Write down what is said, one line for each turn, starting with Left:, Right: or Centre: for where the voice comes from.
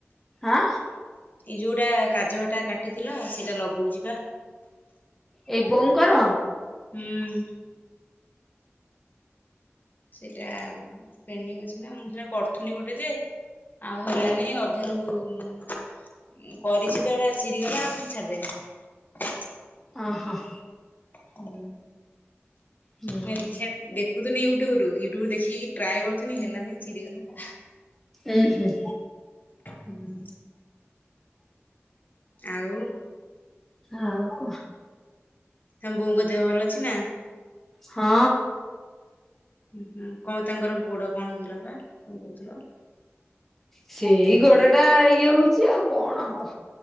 Centre: ଆଁ-
Left: ଏଇ ଯଉଟା କାଜଟା କାଟିଥିଲ ସେଇଟା ଲଗଉଚି ପା।
Centre: ଏଇ ବୋଉଙ୍କର?
Left: ହୁଁ। ସେଇଟା ପେଣ୍ଡିଙ୍ଗ୍ ଅଛି ନା ମୁଁ ସେଟା କରୁଥିନି ଗୋଟେ ଯେ ଆଉ ହେଲାଣି ଅଧାରୁ କରିଚି ତ ଏଟା ଚିରିଗଲା ଛାଡିଦେଲି।
Centre: ଓ-‌ ହଁ।
Left: ହୁଁ।
Centre: ହୁଁ
Left: ନାଇଁ ଦେଖିବା ଦେଖୁଥିଲି ୟୁଟ୍ୟୁବୁରୁ ୟୁଟ୍ୟୁବ ଦେଖିକି ଟ୍ରାଏ କରୁଥିଲି ହେଲାନି ଚିରିଗଲା।
Centre: ଉୁଁ ହୁଁ।
Left: ହୁଁ ଆଉ
Centre: ଆଉ କଣ?
Left: ତମ ବୋଉଙ୍କ ଦେହ ଭଲ ଅଛି ନା?
Centre: ହଁ।
Left: ହୁଁ ହ କଣ ତାଙ୍କର ଗୋଡ କଣ ହଉଥିଲା ପା କଣ କହୁଥିଲ?
Centre: ସେଇ ଗୋଡଟା ଇଏ ହଉଚି ଆଉ। କଣ ହବ